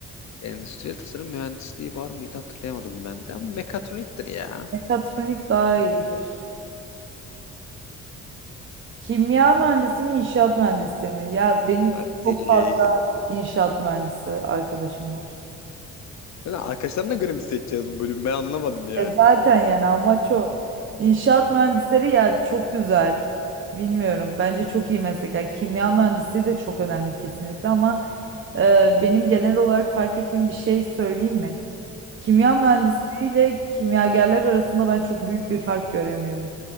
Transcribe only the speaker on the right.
Mekatronik daha iyidir. Kimya mühendisi mi, inşaat mühendisi mi? Ya benim
çok fazla inşaat mühendisi arkadaşım var.
E zaten yani amaç o. İnşaat mühendisleri ya çok güzel. Bilmiyorum. Bence çok iyi meslek. Yani kimya mühendisliği de çok önemli kesinlikle ama e, benim genel olarak fark ettiğim bir şey söyleyeyim mi? Kimya mühendisliği ile kimyagerler arasında ben çok büyük bir fark göremiyorum.